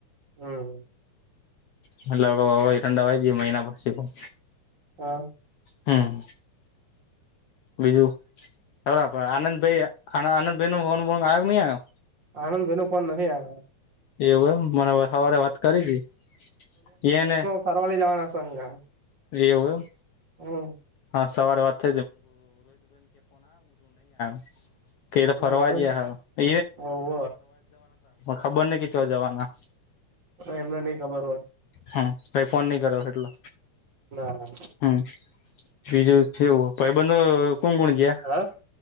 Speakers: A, on the right; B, on the left.
A: હમ
B: એટલે <unintelligible> મહિના પછી પણ
A: હા.
B: હમ, બીજું હ આનંદભાઈ <unintelligible>
A: આનંદભાઈ નો ફોન નથી આયો.
B: એવું એમ મને સવારે વાત કરી હતી એને
A: પરવાલે જવાના સંગા.
B: એવુ એમ.
A: હમ.
B: હા, સવારે વાત <unintelligible> કેથે
A: નહી
B: ફરવા
A: એમ
B: જીયા હ <unintelligible>
A: હોવ
B: ખબર નઈ કે કા જવાના.
A: એમને નઈ ખબર હોય
B: હા, ભાઈ ફોન ની કર્યો એટલો.
A: ના
B: હા બીજું છેવું પાઈબંધ કોણ કોણ ગયા
A: હા